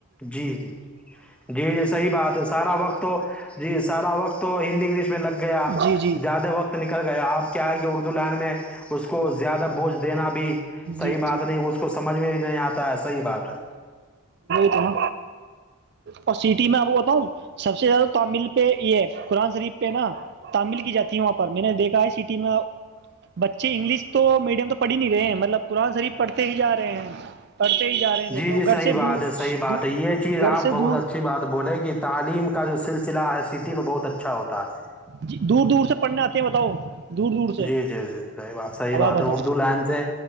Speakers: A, in the centre; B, on the right.
A: جی جی جی جی صحیح بات ہے سارا وقت ہو جی سارا وقت تو ہندی انگلش میں لگ گیا
B: جی جی
A: زیادہ وہ وقت نکل گیا آپ کیا ہے کہ اردو لان میں اس کو زیادہ بوجھ دینا بھی
B: جی
A: صحیح بات
B: جی
A: نہیں اس کو سمجھ میں بھی نہیں آتا ہے صحیح بات ہے
B: جل اور سٹی میں آپ کو بتاؤوں سب سے زیادہ تامل پہ یہ قرآن شریف پہ نا تمل کی جاتی ہے وہاں پر میں نے دیکھا ہے سٹی میں بچے انگلش تو میڈیم تو پڑھ ہی نہیں رہے ہیں مطلب قرآن شریف پڑھتے ہی جا رہے ہیں پڑھتے ہی جا رہے ہیں دیکھ
A: جی
B: لو
A: جی
B: گھر
A: صحیح
B: سے
A: بات
B: دور
A: ہے صحیح بات
B: دور
A: ہے یہ چیز
B: گھر
A: آپ
B: سے
A: بہت
B: دور
A: اچھی بات بولے کہ تعلیم کا جو سلسلہ سلع ہے سٹی میں بہت اچھا ہوتا ہے
B: ج دور دور سے پڑھنے آتے ہیں بتاؤ دور دور سے
A: جی جی جی صحیح بات صحیح
B: اب
A: بات
B: آپ بتاؤ
A: ہے اردو لائن سے